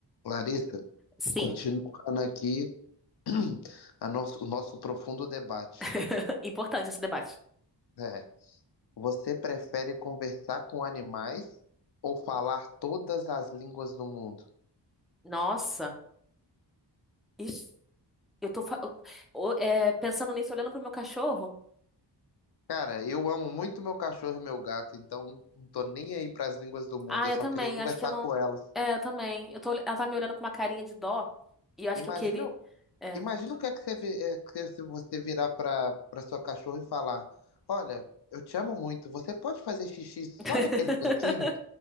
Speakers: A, on the left (about 65°); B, in the centre.
A: Larissa,
B: Sim,
A: continuando aqui <clears throat> a nosso- o nosso profundo debate.
B: <laughs> importante esse debate.
A: né? Você prefere conversar com animais ou falar todas as línguas do mundo?
B: Nossa, isso, eu tô fa- eu- o- é, pensando nisso, olhando pro meu cachorro.
A: Cara, eu amo muito meu cachorro e meu gato, então não tô nem aí para as línguas do mundo,
B: Ah,
A: eu
B: eu
A: só
B: também,
A: queria conversar
B: acho que eu não.
A: com elas.
B: É, eu também. Eu tô, ela tá me olhando com uma carinha de dó e eu acho que
A: Imagina,
B: eu queria. É.
A: imagina o que é que você, vi- é, que é se você virar para para sua cachorra e falar: Olha, eu te amo muito, você pode fazer xixi só
B: <laughs>
A: naquele cantinho?